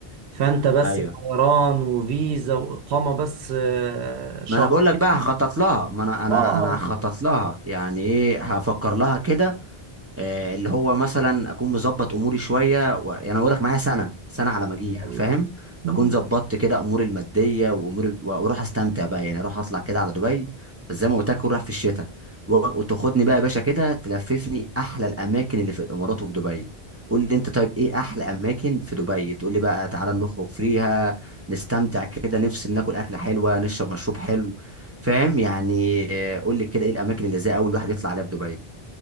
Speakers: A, on the right; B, on the right.
A: فانت بس
B: ايوه
A: طيران وفيزا واقامه بس آه، شهرين
B: ما انا بقول لك بقى هخطط لها ما انا انا
A: اه
B: انا هخطط لها يعني ايه هفكر لها كده آه، اللي هو مثلا اكون مظبط اموري شويه و... يعني اقول لك معايا سنه سنه على ما اجيها
A: الله
B: فاهم
A: مم.
B: اكون ظبطت كده اموري الماديه واموري واروح استمتع بقى يعني اروح اطلع كده على دبي بس زي ما قلت لك اروح في الشتاء و... وتاخدني بقى يا باشا كده تلففني احلى الاماكن اللي في الامارات وفي دبي قول لي انت طيب ايه احلى اماكن في دبي تقول لي بقى تعالى نخرج فيها نستمتع كده نفس ناكل اكله حلوه نشرب مشروب حلو فاهم يعني آه، قول لي كده ايه الاماكن اللي زي اول واحد يطلع عليها في دبي